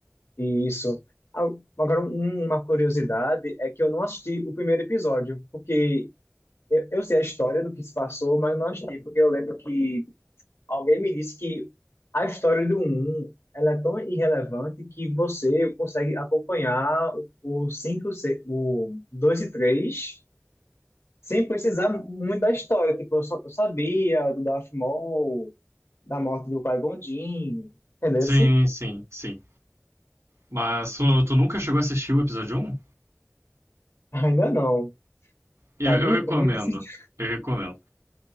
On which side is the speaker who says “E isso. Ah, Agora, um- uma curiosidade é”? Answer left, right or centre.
Left